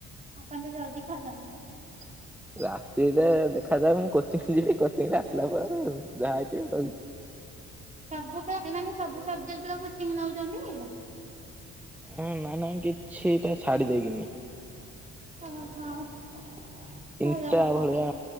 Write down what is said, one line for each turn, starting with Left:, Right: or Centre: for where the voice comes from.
Right: ଆପଣ ତ ଜଲଦି ଖାଉଛନ୍ତି। <inaudible>
Centre: ରାତିଟା ଦେଖାଯାଉ ମୁଁ କୋଚିଙ୍ଗ ଯିବି କୋଚିଙ୍ଗରୁ ଆସିଲା ପରେ ଆଉ ଯାହା ହେଇଥିବ ଆଉ।
Right: ସବୁତ ଏମାନେ ସବୁ ସବଜେକ୍ଟର କୋଚିଂ ନଉଛନ୍ତି?
Centre: ହଁ ନାଇଁ ନାଇଁ କିଛିଟା ଛାଡ଼ି ଦେଇକିନି।
Right: ଓହୋ।
Centre: ତିନଟା
Right: ଭଲ ଭଲ
Centre: ଭଳିଆ